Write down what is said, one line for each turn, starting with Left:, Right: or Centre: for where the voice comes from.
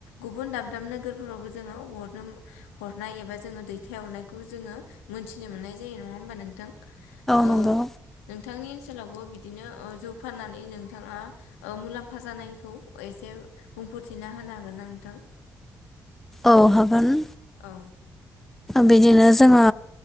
Left: गुबुन दाब दाब नोगोरफोरावबो जोङो हरनो हरनाय एबा जोङो दैथायहरनायखौ जोङो मोनथिनो मोननाय जायो नङा होमबा नोंथां
Centre: नंगौ
Left: ओ नोंथांनि ओनसोलावबो बिदिनो जौ फाननानै नोंथाङा ओ मुलाम्फा जानायखौ एसे बुंफोरथिना होनो हागोन ना नोंथां
Centre: औ हागोन
Left: औ
Centre: बिदिनो जोङो